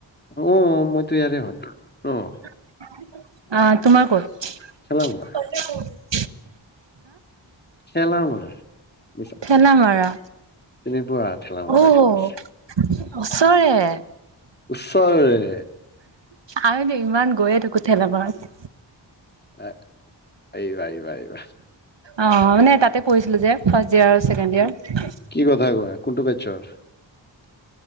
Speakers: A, on the left; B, on the right.
A: অ', মইতো ইয়াৰে হয়তো অ'।
B: আ', তোমাৰ ক'ত?
A: ঠেলামৰা।
B: <unintelligible>
A: ঠেলামৰা। মিছা
B: ঠেলামৰা?
A: চিনি পোৱা ঠেলামৰা
B: অ',
A: ক'ত আছে
B: ওচৰৰে।
A: ওচৰৰে।
B: আমিতো ইমান গৈয়ে থাকো ঠেলামৰত।
A: আ', আহিবা, আহিবা, আহিবা।
B: অ', মানে তাতে পঢ়িছিলো যে ফাৰ্ষ্ট ইয়েৰ আৰু ছেকেণ্ড ইয়েৰ।
A: কি কথা কয়? কোনটো বেটচৰ?